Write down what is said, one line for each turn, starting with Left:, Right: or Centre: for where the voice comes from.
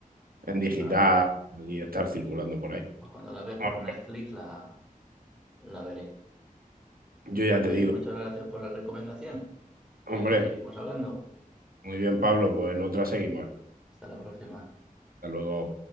Right: en digital
Centre: Bueno,
Right: y estar circulando por ahí.
Centre: pues cuando la ve por
Right: Bueno,
Centre: Netflix la, la veré.
Right: yo
Centre: Pues
Right: ya te
Centre: oye,
Right: digo,
Centre: muchas gracias por la recomendación y
Right: hombre,
Centre: seguimos hablando.
Right: muy bien Pablo, pues en otra seguimos.
Centre: Hasta la próxima.
Right: Hasta luego.